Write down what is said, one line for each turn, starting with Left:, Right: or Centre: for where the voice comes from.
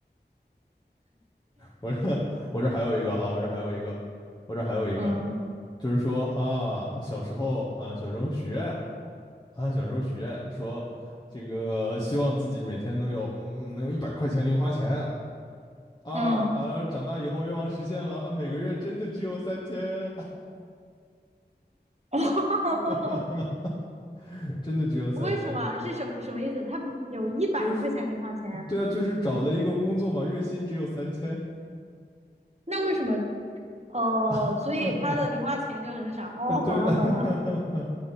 Left: 我这 <laughs> 我这还有一个啊，我这还有一个，我这还有一个，
Right: 嗯
Left: 就是说啊，小时候啊，小时候许愿啊，小时候许愿说这个希望自己每天能有嗯能有一百块钱零花钱。啊啊！
Right: 嗯。
Left: 长大以后愿望实现了啊，每个月真的只有三千，
Right: <laughs>
Left: <laughs> 真的只有三千。
Right: 为什么是什么什么意思？他有一百块钱零花钱，
Left: 就是对啊，就是找了一个工作嘛，月薪只有三千，
Right: 那为什么？哦，
Left: <laughs>
Right: 所以他的零花钱就很少。哦，
Left: 呃，对，
Right: 懂了懂了，
Left: <laughs>